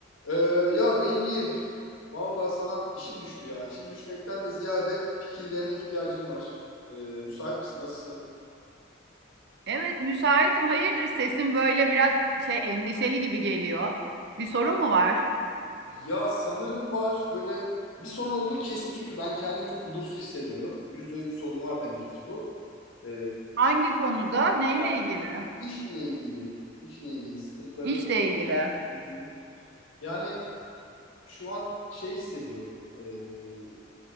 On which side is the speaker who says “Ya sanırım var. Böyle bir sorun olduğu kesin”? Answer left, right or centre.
Left